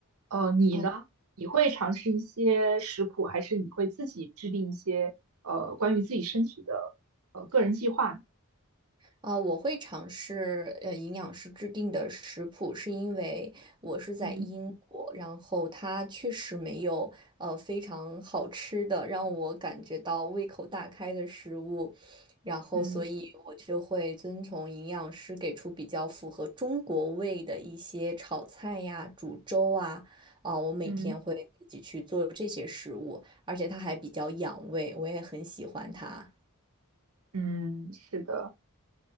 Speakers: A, on the right; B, on the right.
A: 呃，你呢？
B: 哦
A: 你会尝试一些食谱，还是你会自己制定一些呃关于自己身体的呃个人计划呢
B: 啊、呃我会尝试呃营养师制定的食谱，是因为我是在英国，
A: 嗯
B: 然后它确实没有呃非常好吃的让我感觉到胃口大开的食物，然后所以我就会遵从营养师给出比较符合中国胃的一些炒菜呀、
A: 嗯
B: 煮粥啊，啊、我每天会自己去做这些食物，
A: 嗯
B: 而且它还比较养胃，我也很喜欢它。
A: 嗯，是的。